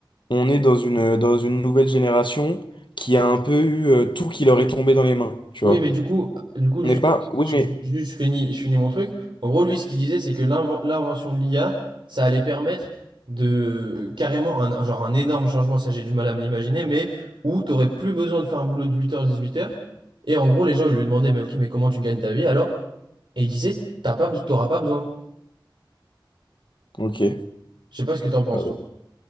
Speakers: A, on the left; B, on the right.
A: on est dans une, dans une nouvelle génération qui a un peu eu euh, tout qui leur est tombé dans les mains, tu
B: Oui,
A: vois.
B: mais du coup, du coup, juste,
A: On n'est pas. Oui,
B: je,
A: mais.
B: je- je finis, je finis mon truc. En gros, lui, ce qu'il disait, c'est que l'inven- l'invention de l'IA, ça allait permettre de carrément un, un- genre un énorme changement, ça j'ai du mal à me l'imaginer, mais où tu n'aurais plus besoin de faire un boulot de 8h, 18h. Et en gros, les gens, ils lui demandaient, mais ok, mais comment tu gagnes ta vie alors? Et il disait, t'as pas, beso- t'auras pas besoin.
A: Ok.
B: Je sais pas ce que t'en penses,
A: Euh,
B: toi.